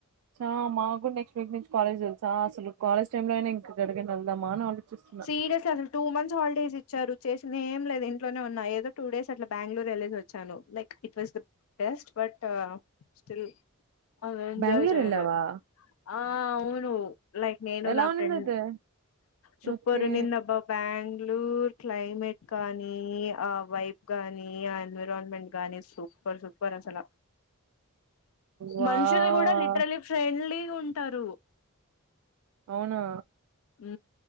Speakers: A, on the right (about 75°); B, on the left (about 70°).
A: ఆ మాకు కూడా నెక్స్ట్ వీక్ నుంచి కాలేజ్ దెల్సా అసలు కాలేజ్ టైమ్ లోనే ఇంకా ఎక్కడికి ఎల్దామా అని ఆలోచిస్తున్నా
B: సీరెస్ అస్ టూ మంత్స్ హాలిడేస్ ఇచ్చారు చేసింది ఏం లేదు ఇంట్లోనే ఉన్నా ఏదో టూ డేస్ అట్లా బాంగ్ళూర్ వెళ్ళేసొచ్చాను like it was the best but still uh enjoy
A: Bengaluru
B: చేయ్లే
A: వెళ్ళావా
B: ఆ అవును లైక్ నేను
A: ఎలా
B: నా
A: ఉన్నింది
B: ఫ్రెండ్
A: అయితే
B: సూపర్
A: ఓకే
B: నిన్న బి బాంగ్ళూర్ క్లైమేట్ కానీ ఆ వైబ్ గానీ ఆ ఎన్విరాన్మెంట్ గాని సూప్ సూపర్ సూపర్ అసల
A: వావ్
B: మనుషల్నీ గూడా లిటర్లీ ఫ్రెండ్లీగా ఉంటారు
A: అవునా
B: ఊ